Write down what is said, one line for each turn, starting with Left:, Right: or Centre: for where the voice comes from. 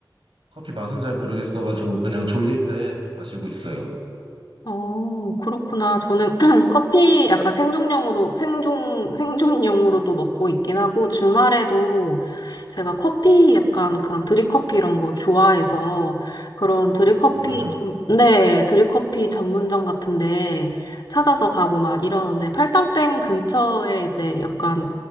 Right: 커피 맛은 잘 모르겠어가지고 그냥 졸릴 때 마시고 있어요.
Left: 어, 그렇구나. 저는 <clears throat> 커피 약간 생존용으로, 생존, 생존용으로도 먹고 있긴 하고, 주말에도 제가 커피 약간 그런 드립커피 이런 거 좋아해서, 그런 드립커피
Right: 정말요?
Left: 전, 네, 드립커피 전문점 같은데 찾아서 가고 막 이러는데, 팔당댐 근처에 이제 약간